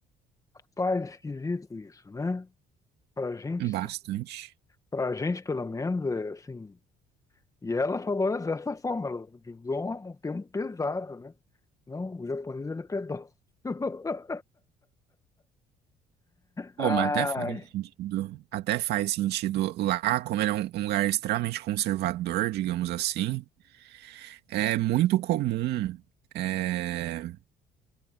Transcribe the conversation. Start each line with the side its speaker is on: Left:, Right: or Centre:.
Left: pais esquisito isso, né? Para a gente,
Right: Bastante.
Left: Pra gente, pelo menos, é assim. E ela falou dessa forma, ela usou um, um termo pesado, né? Não, o japonês ele é pedófilo. <laughs>
Right: Pô,
Left: Ai!
Right: mas até faz sentido. Até faz sentido lá, como ele é um, um lugar extremamente conservador, digamos assim, é muito comum é,